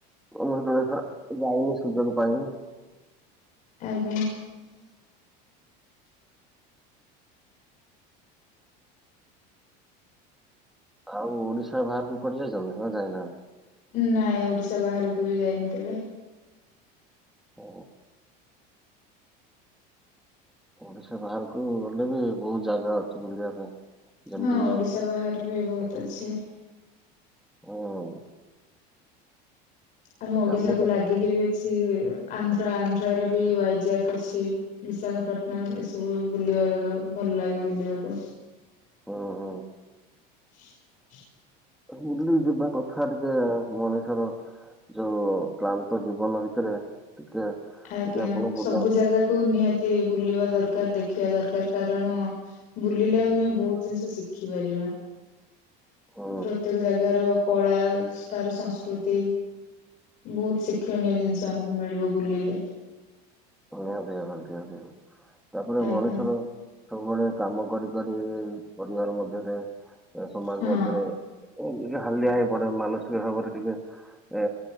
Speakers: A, in the centre; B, on the left (about 40°).
A: ମୁଁ କେବେ ଯା ଯାଇନି ସୁଯୋଗ ପାଇନି।
B: ଆଜ୍ଞା।
A: ଆଉ ଓଡିଶା ବାହାରକୁ କୁଆଡେ ଯାଇଚନା ନା କୁଆଡେ ଯାଇନାହାନ୍ତି?
B: ନାଇଁ ଓଡିଶା ବାହାରକୁ ବି ଯାଇନି କେବେ।
A: ହ ଓଡିଶା ବାହାରକୁ ଗଲେ ବି ବହୁତ ଜାଗା ଅଛି ବୁଲିବା ପାଇଁ। ଯେମିତି
B: ହଁ ଓଡିଶା ବାହାରେ ବି ବହୁତ ଅଛି
A: ଉଁ,
B: ଆମ ଓଡିଶାକୁୁ
A: ଜାମ୍ମୁ କା-
B: ଲାଗିକି ବି ଛି ଏ ଆନ୍ଧ୍ରା ଆନ୍ଧ୍ରରେ ବି ୱାଇଜାକ୍ ଅଛି ବିଶାଖାପଟଣମ ଏସବୁ ବୁଲି <unintelligible> ଭଲ ଲାଗେ ବୁଲିବାକୁ
A: ହଁ ହଁ।
B: <unintelligible>
A: ବୁଲି ଯିବା କଥା ଟିକେ ମଣିଷର ଯୋଉ କ୍ଲାନ୍ତ ଜୀବନ ଭିତରେ ଟିକେ
B: ଆଜ୍ଞା
A: ଯଦି ଆପଣ ବୁଲା
B: ସବୁ ଜାଗାକୁ ନିହା ଯେ ବୁଲିବା ଦରକାର ଦେଖିବା ଦରକାର କାରଣ ବୁଲିଲେ ଆମେ ବହୁତ ଜିନିଷ ଶିଖିପାରିବା।
A: <inaudible> ହୁଁ
B: ପ୍ରତ୍ୟେକ ଜାଗାର କଳା ସ ତାର ସଂସ୍କୃତି ବହୁତ ଶିକ୍ଷଣୀୟ ଜିନିଷ ଆମକୁ ମିଳିବ ବୁଲିଲେ।
A: ନିହାତି <unintelligible> ତାପରେ
B: ଆଜ୍ଞା
A: ମଣିଷର ସବୁବେଳେ କାମ କରି କରି ଉ ପରିବାର ମଧ୍ୟରେଏ ସମାଜ
B: ହଁ
A: ମଧ୍ୟରେ ଉଁ ଇଏ ହାଲିଆ ହେଇ ପଡେ ମାନସିକ ଭାବରେ ଟିକେ ଏ